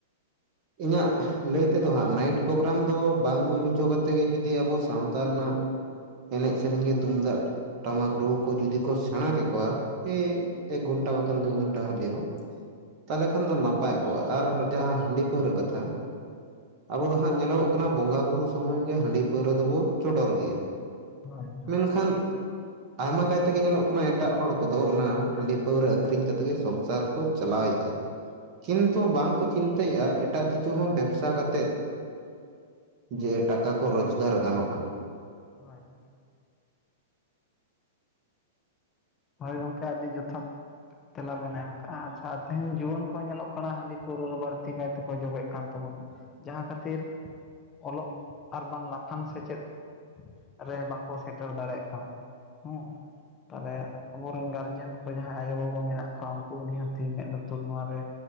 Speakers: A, on the right (about 35°); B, on the left (about 20°).
A: ᱤᱧᱟᱹᱜ ᱞᱟᱹᱭ ᱛᱮᱫᱚ ᱦᱟᱸᱜ ᱱᱟᱭᱤᱴ ᱯᱳᱜᱨᱟᱢ ᱫᱚ ᱵᱟᱝ ᱦᱩᱭ ᱦᱚᱪᱚ ᱠᱟᱛᱮ ᱜᱮ ᱡᱩᱫᱤ ᱟᱵᱚ ᱥᱟᱶᱛᱟ ᱨᱮᱱᱟᱜ ᱮᱱᱮᱡ ᱥᱮᱨᱮᱧ ᱜᱮ ᱛᱩᱢᱫᱟᱜ ᱴᱟᱢᱟᱠ ᱨᱩ ᱠᱚ ᱡᱩᱫᱤ ᱠᱚ ᱥᱮᱬᱟ ᱠᱮᱠᱚᱣᱟ᱾ ᱮ ᱮᱠ ᱜᱷᱚᱱᱴᱟ ᱵᱟᱠᱷᱟᱱ ᱫᱩ ᱜᱷᱚᱱᱴᱟ ᱦᱚᱞᱮᱣᱳ᱾ ᱛᱟᱦᱞᱮ ᱠᱷᱟᱱ ᱫᱚ ᱱᱟᱯᱟᱭ ᱠᱚᱜᱼᱟ, ᱟᱨ ᱡᱟᱦᱟᱸ ᱦᱟᱺᱰᱤ ᱯᱟᱹᱣᱨᱟᱹ ᱠᱟᱛᱷᱟ ᱟᱵᱚ ᱫᱚ ᱦᱟᱸᱜ ᱧᱮᱞᱚᱜᱚᱜ ᱠᱟᱱᱟ ᱵᱚᱸᱜᱟ ᱵᱩᱨᱩ ᱥᱚᱢᱚᱭ ᱜᱮ ᱦᱟᱺᱰᱤ ᱯᱟᱹᱣᱨᱟᱹ ᱫᱚᱵᱚ ᱪᱚᱰᱚᱨ ᱜᱮᱭᱟ᱾
B: ᱦᱳᱭ ᱦᱳᱭ
A: ᱢᱮᱱᱠᱷᱟᱱ ᱟᱭᱢᱟ ᱠᱟᱭᱛᱮᱜᱮ ᱧᱮᱞᱚᱜ ᱠᱟᱱᱟ ᱮᱴᱟᱜ ᱦᱚᱲ ᱠᱚᱫᱚ ᱚᱱᱟ ᱦᱟᱺᱰᱤ ᱯᱟᱹᱣᱨᱟᱹ ᱟᱠᱷᱨᱤᱧ ᱠᱟᱛᱮᱜ ᱜᱮ ᱥᱚᱝᱥᱟᱨ ᱠᱚ ᱪᱟᱞᱟᱣᱮᱜᱼᱟ᱾ ᱠᱤᱱᱛᱩ ᱵᱟᱝᱠᱚ ᱪᱤᱱᱛᱟᱹᱭᱮᱜᱼᱟ ᱮᱴ ᱴᱟᱜ ᱠᱤᱪᱷᱩ ᱦᱚᱸ ᱵᱮᱵᱽᱥᱟ ᱠᱟᱛᱮᱫ ᱡᱮ ᱴᱟᱠᱟ ᱠᱚ ᱨᱚᱡᱽᱜᱟᱨ ᱜᱟᱱᱚᱜᱼᱟ᱾
B: ᱦᱳᱭ ᱦᱳᱭ ᱦᱚᱭ ᱜᱚᱝᱠᱮ ᱟᱹᱰᱤ ᱡᱚᱛᱷᱟᱛ ᱛᱮᱞᱟ ᱵᱮᱱ ᱮᱢ ᱠᱟᱜᱼᱟ, ᱟᱪᱪᱷᱟ ᱛᱮᱦᱮᱧ ᱡᱩᱣᱟᱹᱱ ᱠᱚ ᱧᱮᱞᱚᱜ ᱠᱟᱱᱟ ᱦᱟᱺᱰᱤ ᱯᱟᱹᱣᱨᱟᱹ ᱨᱮ ᱵᱟᱹᱲᱛᱤ ᱠᱟᱭᱛᱮᱠᱚ ᱡᱚᱵᱮᱜ ᱠᱟᱱ ᱛᱟᱵᱚᱱᱟ᱾ ᱡᱟᱦᱟᱸ ᱠᱷᱟᱹᱛᱤᱨ ᱚᱞᱚᱜ ᱟᱨ ᱵᱟᱝ ᱞᱟᱯᱷᱟᱝ ᱥᱮᱪᱮᱫ ᱨᱮ ᱵᱟᱠᱚ ᱥᱮᱴᱮᱨ ᱫᱟᱲᱮᱭᱟᱜ ᱠᱟᱱᱟ ᱦᱮᱸ ᱛᱟᱦᱞᱮ ᱟᱵᱚᱨᱮᱱ ᱜᱟᱨᱡᱮᱱ ᱠᱚ ᱡᱟᱦᱟᱸᱭ ᱟᱭᱳ-ᱵᱟᱵᱟ ᱢᱮᱱᱟᱜ ᱠᱚᱣᱟ ᱩᱝᱠᱩ ᱱᱤᱦᱟᱹᱛᱤ ᱢᱮᱸᱫ ᱞᱩᱛᱩᱨ ᱱᱚᱣᱟ ᱨᱮ